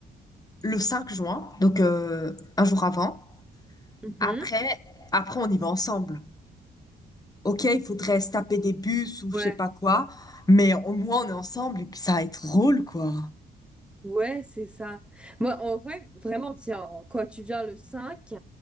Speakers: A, on the left (about 20°); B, in the centre.
A: le 5 juin, donc euh, un jour avant.
B: Mhm.
A: Après, après, on y va ensemble. Ok, il faudrait se taper des bus ou je
B: Ouais,
A: sais pas quoi, mais au moins on est ensemble et puis ça va être drôle, quoi.
B: ouais, c'est ça. Moi, en vrai, vraiment, tiens, quoi tu viens le 5